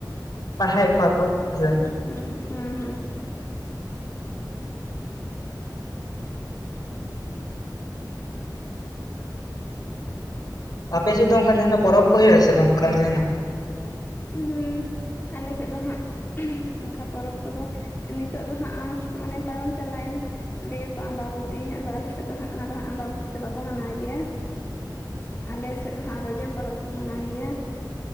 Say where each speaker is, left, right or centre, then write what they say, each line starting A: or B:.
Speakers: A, on the left; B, on the left.
A: ᱯᱟᱲᱦᱟᱣᱮᱫ ᱠᱚᱣᱟ ᱠᱚ ᱦᱮᱸᱥᱮ ᱾
B: ᱦᱩᱸ ᱦᱮᱸ ᱦᱮᱸ ᱾
A: ᱟᱯᱮ ᱥᱮᱫ ᱫᱚ ᱚᱱᱠᱟ ᱡᱟᱦᱟᱱᱟᱜ ᱯᱚᱨᱚᱵᱽ ᱠᱚ ᱦᱳᱭᱳᱜ ᱟᱥᱮ ᱵᱟᱝ ᱚᱱᱠᱟ ᱡᱟᱦᱟᱱᱟᱜ?
B: ᱦᱩᱸ ᱟᱞᱮ ᱥᱮᱫ ᱫᱚ ᱦᱟᱸᱜᱼᱼ ᱚᱱᱠᱟ ᱯᱚᱨᱚᱵᱽ ᱠᱚᱫᱚ ᱱᱤᱛᱚᱜ ᱫᱚ ᱦᱟᱸᱜ ᱚᱱᱮ ᱯᱟᱨᱚᱢ ᱪᱟᱞᱟᱣᱮᱱᱼᱼ ᱞᱟᱹᱭ ᱟᱠᱚ ᱟᱢᱵᱟᱵᱚᱛᱤ ᱟᱫᱚ ᱟᱞᱮ ᱥᱮᱫ ᱫᱚ ᱦᱟᱸᱜ ᱚᱱᱟ ᱫᱚ ᱦᱟᱸᱜ ᱟᱢᱵᱟᱵᱚᱛᱤ ᱫᱚ ᱵᱟᱠᱚ ᱢᱟᱱᱟᱣ ᱜᱮᱭᱟ ᱾ ᱟᱞᱮᱥᱮᱫ ᱫᱚ ᱦᱟᱸᱜ ᱨᱚᱡᱚ ᱯᱚᱨᱚᱵᱽ ᱠᱚ ᱢᱟᱱᱟᱭ ᱜᱮᱭᱟ ᱾